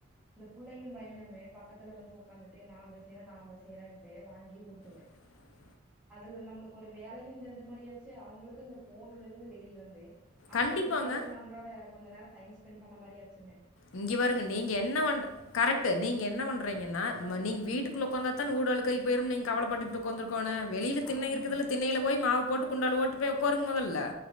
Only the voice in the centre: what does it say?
இந்த புள்ளயும் பயனுமே பக்கத்துல வந்து உக்காந்துட்டு நாம பேசயற நா பேசயறன்டு வாங்கி உருட்டுவன்
அதுல நம்மளுக்கு ஒரு வேலையு செஞ்ச மாரி எப்டியாச்சு அவுங்களுக்கு இந்த ஃபோன்ல இருந்து வெளிய வந்து அவுங்களு
ஜாலியா நம்மளோட கொஞ்ச நேரோ டைம் ஸ்பெண்ட் பண்ண மாரியாச்சுங்க
ஆமாங்க.